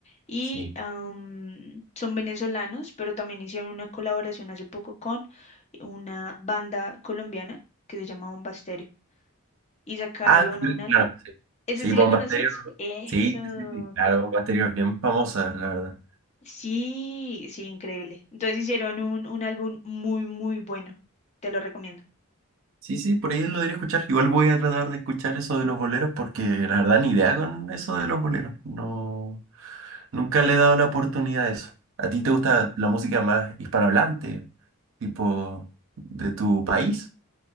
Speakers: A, on the left; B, on the right.
A: Y
B: sí.
A: am, son venezolanos, pero también hicieron una colaboración hace poco con una banda colombiana que se llama Bomba Estéreo y sacaron
B: Ah, sí,
A: un álbum.
B: claro que sí.
A: ¿Ese
B: Sí,
A: sí
B: Bomba
A: le conoces?
B: Estéreo.
A: Eso.
B: Sí, sí, sí, sí, claro, Bomba Estéreo es bien famosa, la verdad.
A: Sí, sí, increíble. Entonces hicieron un, un álbum muy, muy bueno. Te lo recomiendo.
B: Sí, sí, por ahí lo debería escuchar. Igual voy a tratar de escuchar eso de los boleros porque la verdad ni idea con eso de los boleros. No, nunca le he dado la oportunidad a eso. ¿A ti te gusta la música más hispanohablante, tipo de tu país?